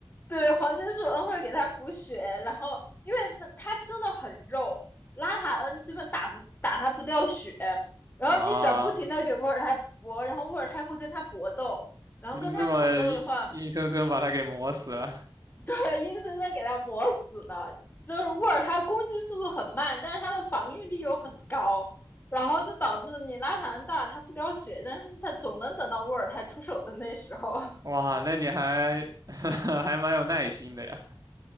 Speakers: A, on the left; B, on the right.
A: 对，黄金树恩会给他补血，然后因为那他真的很肉，拉塔恩基本打不打他不掉血，然后你只要不停的给沃尔泰搏，
B: 啊，
A: 然后沃尔泰会跟他搏斗，然后跟他搏斗的话，
B: 你就这么硬硬生生把他给磨死了。
A: 对，硬生生给他磨死的。就是沃尔泰攻击速度很慢，但是他的防御力又很高，然后就导致你拉塔恩大他不掉血，但是他总能等到沃尔泰出手的那时候。
B: 哇，那你还 <laughs> 还蛮有耐心的呀。